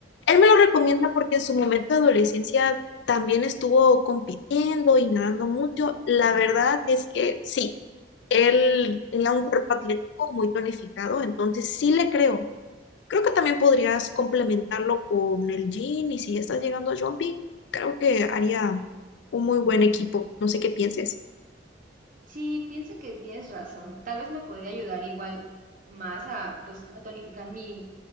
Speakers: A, on the left; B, on the right.
A: Él me lo recomienda porque en su momento de adolescencia también estuvo compitiendo y nadando mucho. La verdad es que sí, él tenía un cuerpo atlético muy tonificado, entonces sí le creo. Creo que también podrías complementarlo con el jean y si ya estás llegando a jumping, creo que haría un muy buen equipo. No sé qué pienses.
B: Sí, pienso que tienes razón. Tal vez me podría ayudar igual más a, pues, a tonificar mi,